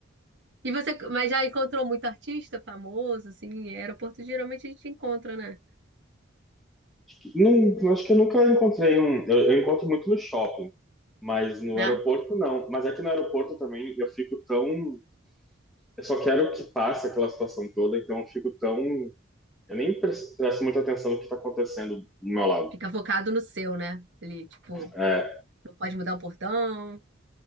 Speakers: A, on the right; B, in the centre.
A: E você, mas já encontrou muito artista famoso, assim, em aeroporto geralmente a gente encontra, né?
B: Acho que, não, acho que eu nunca encontrei um, eu, eu encontro muito no shopping, mas no
A: Né?
B: aeroporto não. Mas é que no aeroporto também eu fico tão Eu só quero que passe aquela situação toda, então eu fico tão. Eu nem pres- presto muita atenção no que está acontecendo do meu lado.
A: Fica focado no seu, né? Ali, tipo,
B: É,
A: não pode mudar o portão.